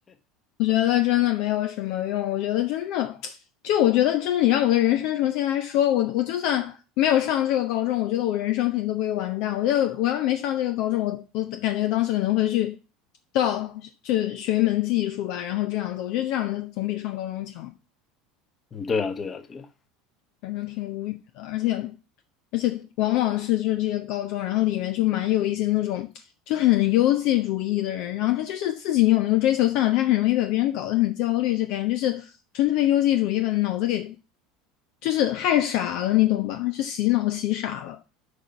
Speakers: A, on the left; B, on the left.
A: 我觉得真的没有什么用。我觉得真的，<tsk> 就我觉得真的，你让我的人生重新来说，我我就算没有上这个高中，我觉得我人生肯定都不会完蛋。我要我要没上这个高中，我我感觉当时可能会去到就学一门技术吧，然后这样子，我觉得这样子总比上高中强。
B: 嗯，对啊，对啊，对啊。
A: 反正挺无语的，而且而且往往是就是这些高中，然后里面就蛮有一些那种就很优绩主义的人，然后他就是自己你有那个追求算了，他很容易把别人搞得很焦虑，就感觉就是真的被优绩主义把脑子给就是害傻了，你懂吧？就洗脑洗傻了。